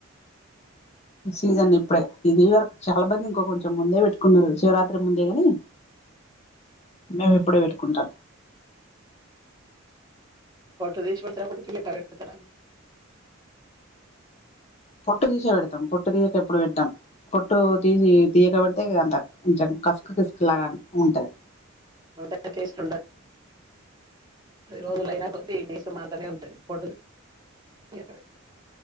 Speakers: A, on the left (about 30°); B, on the right (about 20°).
A: సీజన్ ఇప్పుడే ఇది వరకు చాలా మంది ఇంకోంచెం ముందే పెట్టుకున్నారు శివరాత్రి ముందే గని మేము ఇప్పుడే పెట్టుకుంటం
B: పొట్టుతిశి పెడతర పొటు తియక పెడ్తారా
A: పొట్టు తీసే పెడతాం పొట్టు తీయక ఎప్పుడు పెట్టం పొట్టు తీసి తీయక పెడితే అంత కొంచం కసుకు కిసుకు లా ఉంటది
B: అంట టెస్టుండదు రోజులు అయినా కొద్ది టేస్ట్ మరతనే ఉంటది పొట్టుది తియక పెడితె